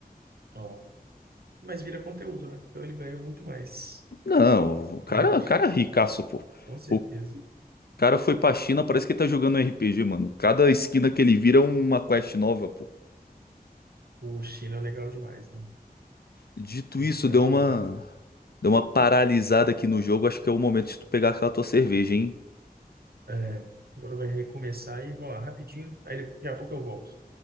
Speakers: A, on the right (about 75°); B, on the left (about 75°).
A: Ó, mas vira conteúdo, né? Então ele ganhou muito mais
B: Não, o
A: dinheiro,
B: cara, o cara é ricaço, pô.
A: com certeza.
B: O O cara foi pra China, parece que ele tá jogando um RPG, mano. Cada esquina que ele vira é uma quest nova, pô.
A: O China é legal demais, né?
B: Dito
A: Ele
B: isso,
A: foi
B: deu
A: lá
B: uma.
A: no.
B: Deu uma paralisada aqui no jogo. Acho que é o momento de tu pegar aquela tua cerveja, hein?
A: é, agora vai recomeçar e vou lá rapidinho, aí daqui a pouco eu volto.